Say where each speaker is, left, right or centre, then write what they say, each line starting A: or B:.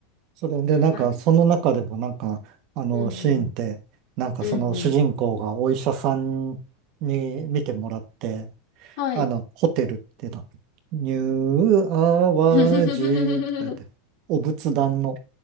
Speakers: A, on the right (about 50°); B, on the left (about 60°).
A: それで、なんか、
B: あ、
A: その中でも、なんか、あの、
B: うんうん。
A: シーンって、なんか、
B: うんうん。
A: その主人公がお医者さんに見てもらって、
B: はい。
A: あの、ホテルっていうの、ニューアワジとか言って、
B: <laughs>
A: お仏壇の